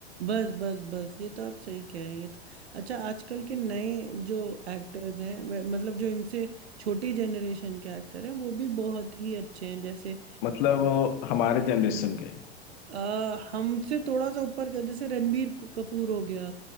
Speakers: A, on the right; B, on the left.
A: बस बस बस ये तो आप सही कह रही हैं तो अच्छा आजकल के नए जो एक्टर्स हैं वे- मतलब जो इनसे छोटी जनरेशन के एक्टर हैं वो भी बहुत ही अच्छे हैं जैसे
B: मतलब वो हमारे जनरेशन के हैं।
A: आ, हमसे थोड़ा सा ऊपर का जैसे रणबीर क- कपूर हो गया